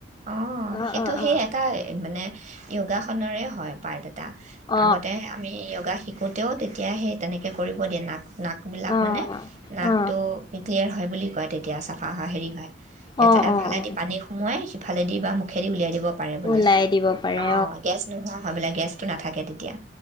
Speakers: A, on the right; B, on the left.
A: অঁ
B: অ
A: সেইটো
B: অ
A: সেই
B: অ
A: এটা মানে যোগাখনৰে হয় পাৰ্ট এটা
B: অ
A: তে আমি যোগা শিকোঁ থাকোঁতেও তেতিয়া সেই তেনেকৈ কৰিব দে নাক নাকবিলাক
B: অ অ
A: মানে নাকটো
B: অ অ
A: ক্লিয়াৰ হয় বুলি <unintelligible> এতিয়া চাফা হয় হেৰি হয় এটা
B: অ
A: এফালেদি
B: অ অ
A: পানী সোমোৱাই ইফালে দিবা মোক মুখেৰি উলিয়াই দিব পাৰে বোলে
B: ওলাই দিব পাৰে
A: অ গেছ নোহোৱা হয় বোলে গেছ টো নাথাকে তেতিয়া।